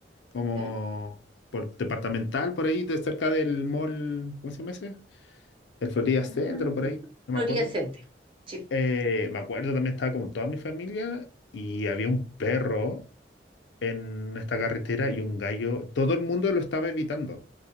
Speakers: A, on the left; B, on the right.
A: como
B: ¿ya?
A: por departamental, por ahí, de cerca del mall, ¿cómo se llama ese? el Florida
B: Ah,
A: Centro, por ahí, no
B: Florida
A: me acuerdo.
B: Center. Sí.
A: Eh, me acuerdo también estaba con toda mi familia y había un perro en esta carretera y un gallo. Todo el mundo lo estaba evitando.